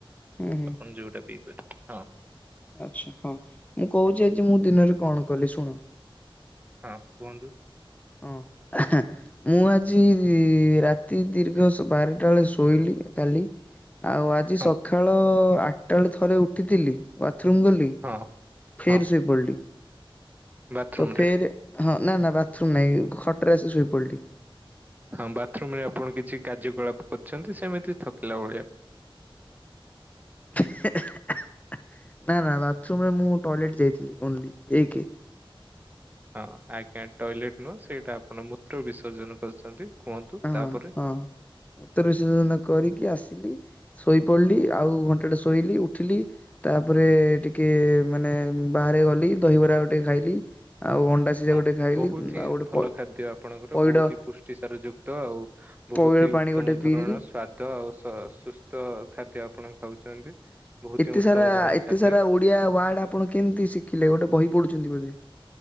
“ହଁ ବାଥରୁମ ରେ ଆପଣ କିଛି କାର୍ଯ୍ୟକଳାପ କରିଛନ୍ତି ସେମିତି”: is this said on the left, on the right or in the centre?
Right